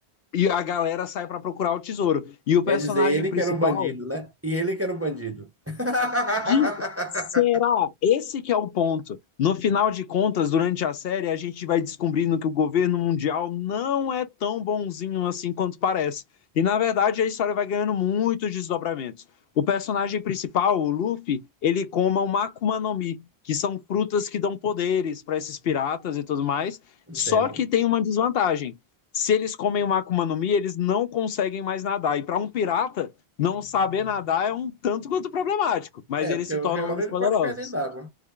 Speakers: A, on the left; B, on the right.
A: E a galera sai pra procurar o tesouro. E o personagem
B: Quer dizer, ele
A: principal,
B: que era o bandido, né? E ele que era o bandido. <laughs>
A: de- será? Esse que é o ponto. No final de contas, durante a série, a gente vai descobrindo que o governo mundial não é tão bonzinho assim quanto parece. E na verdade, a história vai ganhando muitos desdobramentos. O personagem principal, o Luffy, ele coma o Makuma no Mi, que são frutas que dão poderes para esses piratas e tudo mais.
B: Entendo.
A: Só que tem uma desvantagem. Se eles comem o Makuma no Mi, eles não conseguem mais nadar. E para um pirata, não saber nadar é um tanto quanto problemático, mas
B: É,
A: eles
B: porque
A: se
B: a
A: tornam
B: qualquer hora
A: mais
B: ele
A: poderosos.
B: pode cair dentro d'água.